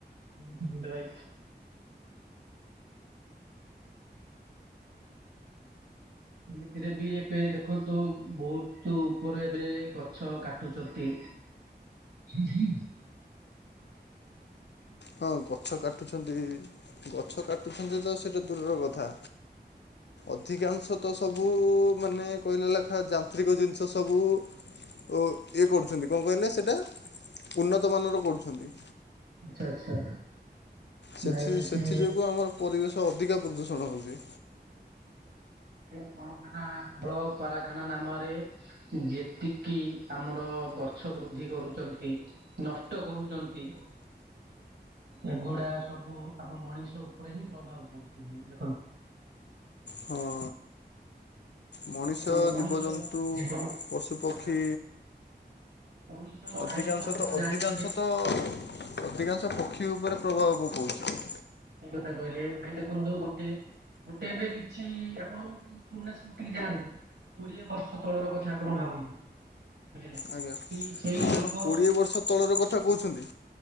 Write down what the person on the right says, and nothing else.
<unintelligible> ଭାଇ ଏମିତିରେ ବି ଏବେ ଦେଖନ୍ତୁ ବହୁତ ଉପରେ ଏବେ ଗଛ କାଟୁଛନ୍ତି। ହ ହୁଁ
ଆଛା ଆଚ୍ଛା।
ଭାଇ
କି
କଳଖାନା କଳ କାରଖାନା ନାମରେ ଯେତିକି ଆମର ଗଛ ବୃଦ୍ଧି କରୁଛନ୍ତି, ନଷ୍ଟ କରୁଛନ୍ତି। ଏଗୁଡା ସବୁ ଆମ ମଣିଷ ଉପରେ ହିଁ ପ୍ରଭାବ ପଡୁଛି ଦେଖନ୍ତୁ।
ଦେଖନ୍ତୁ ମଣିଷର
ଜୀବନ
ଆଚ୍ଛା ମଣିଷର
ଆୟୁଷ ଆପଣ
ଜାଣିଥିବେ
ସେ କହିଲେ ଭାଇ ଦେଖନ୍ତୁ ଗୋଟେ ଗୋଟେ ଏବେ କିଛି ଆପଣ ପୁରୁଣା ସ୍ମୁତିକୁ ଯାଆନ୍ତୁ କୋଡିଏ ବର୍ଷ ତଳର କଥା ଆପଣ ଭାବନ୍ତୁ ବୁଝିଲେ
କି ସେଇ
ଲୋକ